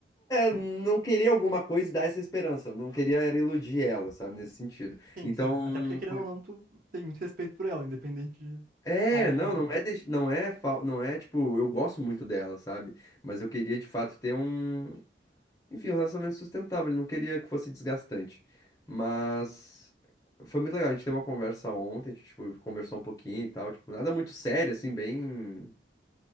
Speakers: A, on the left (about 20°); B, on the right (about 50°).
A: não queria alguma coisa e dar essa esperança. Não queria era iludir ela, sabe, nesse sentido.
B: Sim,
A: Então,
B: sim. Até porque, querendo
A: foi-
B: ou não, tu tem muito respeito por ela, independente de
A: é,
B: algo
A: não,
B: ou não.
A: não é, deix- não é, fal- não é tipo, eu gosto muito dela, sabe? Mas eu queria de fato ter um, enfim, um relacionamento sustentável. Eu não queria que fosse desgastante. Mas foi muito legal. A gente teve uma conversa ontem, a gente, tipo, conversou um pouquinho e tal, tipo, nada muito sério, assim, bem,